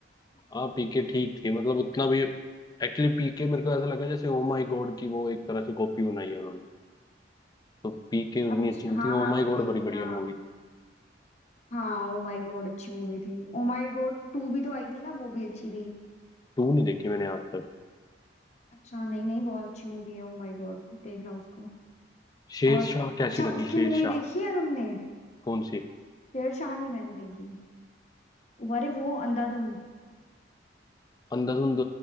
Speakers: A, on the left; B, on the left.
A: हाँ पीके ठीक थी मतलब उतना भी एक्चुअली पीके मेरे को ऐसा लगा जैसे ओ माय गॉड की वो एक तरह से कॉपी बनाई है उन्होंने तो पीके उतनी
B: अच्छा
A: अच्छी नहीं
B: हाँ
A: थी
B: हाँ
A: ओ माय
B: मैंने
A: गॉड
B: देखी
A: बड़ी बढ़िया
B: हाँ
A: मूवी थी
B: हाँ ओ माय गॉड अच्छी मूवी थी ओ माय गॉड टू भी तो आई थी ना वो भी अच्छी थी
A: टू नहीं देखी मैंने आज तक
B: अच्छा नहीं नहीं बहुत अच्छी मूवी है ओ माय गॉड देखना उसको
A: शेरशाह
B: और अच्छा
A: कैसी लगी
B: उसकी
A: शेरशाह
B: मूवी देखी है तुमने
A: कौन सी
B: शेरशाह नहीं मैंने देखी अरे वो अंधाधुन
A: अंधाधुंध